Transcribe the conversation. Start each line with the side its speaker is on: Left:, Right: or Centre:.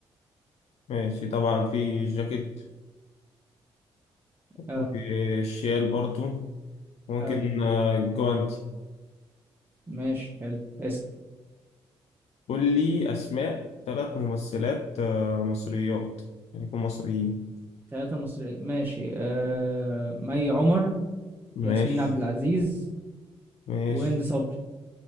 Left: ماشي طبعا في جاكيت
Right: اه
Left: ممكن الشيال برضو ممكن
Right: اه
Left: آه، جوانتي
Right: ماشي حلو اسأل
Left: قول لي أسماء ثلاث ممثلات آه، مصريات يعني يكون مصريين
Right: ثلاثة مصريين ماشي آه... مي عمر
Left: ماشي
Right: ياسمين عبد العزيز
Left: ماشي
Right: وهند صبري